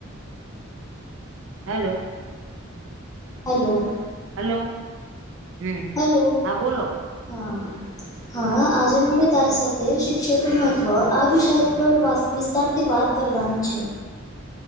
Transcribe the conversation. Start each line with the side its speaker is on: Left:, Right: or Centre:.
Right: હલો
Left: હલો.
Right: હલો. હમ
Left: હલો
Right: હા બોલો
Left: હા. હા આજે મને તારી સાથે શિક્ષકનું મહત્વ આ વિષય પર વાસ વિસ્તારથી વાત કરવાનું છે.